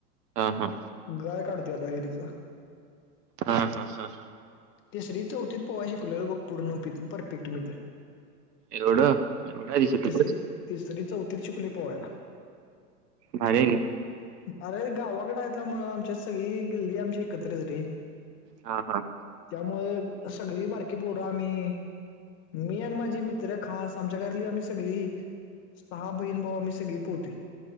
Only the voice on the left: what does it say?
गाळ काढतोय आता विहिरीचा
तिसरी चौथीत पोहायला शिकलोय बघ पूर्ण पी परफेक्ट मी तर
होय
तिसरीत तिसरी चौथीत शिकलोय पोहायला
अरे गावाकडे आहेता म आमच्या सगळी गल्ली आमची एकत्रच रे
त्यामुळे सगळी बारकी पोर आम्ही मी आणि माझी मित्र खास आमच्या घरातली आम्ही सगळी सहा बहीण भाऊ आम्ही सगळी पोहोतोय